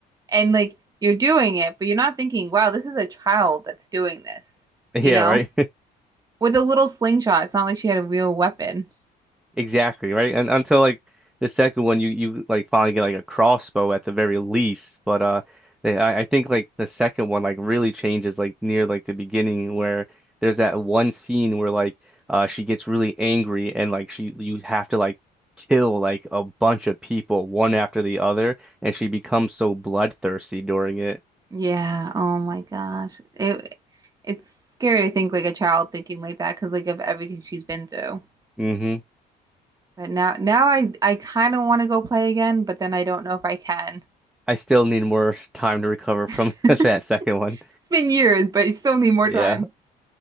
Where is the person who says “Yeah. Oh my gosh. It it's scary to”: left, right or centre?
Right